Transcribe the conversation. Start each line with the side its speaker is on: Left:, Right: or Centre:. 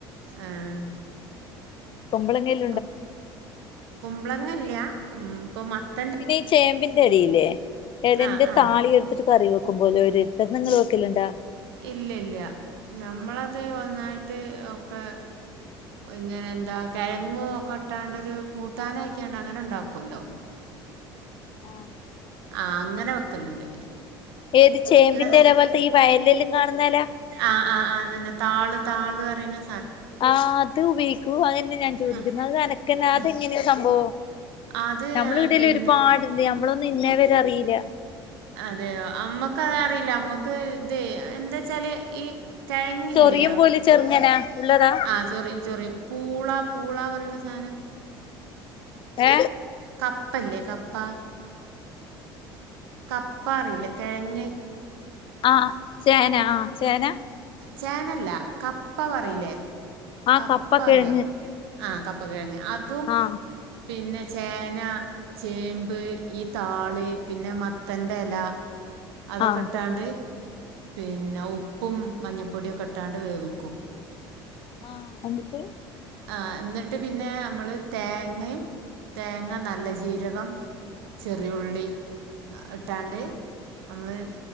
Right: ആഹ്
Left: കുമ്പളേങ്ങൽ
Right: പ കുമ്പളങ്ങൽയ്യ ഉംഇപ്പൊ മത്ത
Left: പിന്നെ ഈ ചേമ്പിന്റെ ഇലയില്ലേ ഇലന്റെ
Right: ആഹ് ആഹ്
Left: താളി എടുത്തിട്ട റി വെക്കും പോലെ ഒരു തന്ന നങ്ങൾ വെക്കലുണ്ടാ?
Right: ഇല്ലല്ല നഞമ്മളത് ഒന്നായിട്ട് ഒക്കെ ഇങ്ങനെ എന്താ കിഴങ്ങും ഒക്കെ ഇട്ടാണ്ട് ഒരു കൂട്ടാന ആക്കിയാണ്ട് അങ്ങനെ ഉണ്ടാക്കല്ലോ?
Left: ആഹ
Right: ആ അങ്ങനെ വെക്കലുണ്ട്
Left: ഏത് ചേമ്പിന്റെല്ലേ
Right: ഉള്ളതൊക്കെ
Left: പോലത്തെ ഈ വയലിലെല്ലാം കാണുന്ന എലാ
Right: ആഹ് ആ അതെന്നെ താള് താള് അറിയ്ണെ
Left: ആഹ് അത് ഉപയോഗിക്കൂ അതെന്നെ ഞാൻ ചോദിക്കുന്നത്
Right: ആ
Left: അതനക്കന്നെ അതെങ്ങനെയ
Right: ആ
Left: സംഭവോ
Right: അത്
Left: നമ്മളെ വീടെൽ
Right: പിന്നെ
Left: ഒരുപാടുണ്ട് നമ്മളൊന്നും ഇന്നെ വരെ അറിയിലാ
Right: അതെയോ അമ്മക്ക് അറിയില്ല അമ്മക്ക് ഇത് എന്താ വച്ചാല് ഈ കെഴങ്ങില്ലയാ
Left: ചൊറിയും പോലെ
Right: എന്താ
Left: ചെറുങ്ങനാ
Right: പറയാ
Left: ഉള്ളതാ
Right: ആ ചൊറി ചൊറി പൂള പൂളാ പറയുന്ന സാധനം
Left: ഏ
Right: കപ്പല്ലേ കപ്പ കപ്പ അറീലെ കെഴങ്ങ്
Left: ആ ചേന ആ ചേന
Right: ചേനല്ലാ കപ്പ പറയില്ലേ
Left: ആ
Right: കപ്പ അറിയോ
Left: കിഴങ്ങ്
Right: ആ കപ്പ കിഴങ്ങ് അതും
Left: ആ
Right: പിന്നെ ചേന ചേമ്പ് ഈ താള് പിന്നെ മത്തൻന്റെ എല അതൊക്കെ
Left: ആ
Right: ഇട്ടാണ്ട് പിന്നെ ഉപ്പും മഞ്ഞപ്പൊടിയൊക്കെ ഇട്ടാണ്ട് വേവിക്കും
Left: ആഹ് എന്നിട്ട്
Right: ആഹ എന്നിട്ട് പിന്നെ നമ്മള് തേങ്ങ തേങ്ങ നല്ല ജീരകം ചെറിയുള്ളി ഇട്ടാണ്ട്
Left: ആ
Right: നമ്മള്